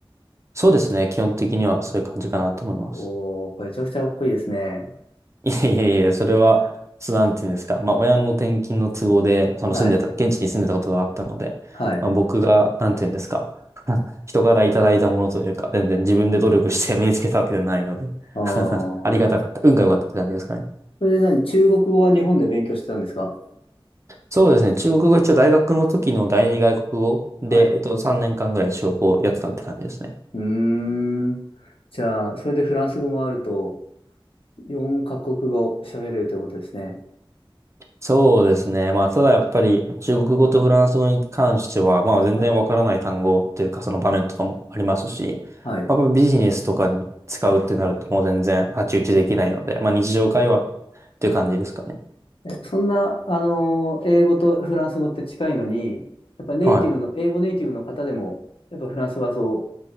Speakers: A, on the right; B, on the left.
A: そうですね。基本的にはそういう感じかなと思います。
B: おーこれめちゃくちゃかっこいいですね。
A: いやいやいや、それは、そうなんていうんですか。まあ、親の転勤の都合で、その住んでた、
B: はい。
A: 現地に住んでたことがあったので、
B: はい。
A: まあ、僕が、なんていうんですか。<laughs> 人からいただいたものというか、全然自分で努力して身につけたわけではないので
B: あー
A: <laughs> ありがたかった。運が良かったって感じですかね。
B: それで何中国語は日本で勉強してたんですか
A: そうですね。中国語一応大学の時の第二外国語で、
B: はい。
A: えっと、3年間ぐらい中国語をやってたって感じですね。
B: うーん。じゃあ、それでフランス語もあると、4カ国語喋れるということですね。
A: そうですね。まあ、ただやっぱり中国語とフランス語に関しては、まあ全然わからない単語っていうかその場面とかもありますし、
B: はい。はい。
A: まあ、やっぱビジネスとかに使うってなるともう全然太刀打ちできないので、まあ日常会話っていう感じですかね。
B: そんな、あのー英語とフランス語って近いのに、やっぱネイティブの、
A: はい。
B: 英語ネイティブの方でも、やっぱフランスはそう、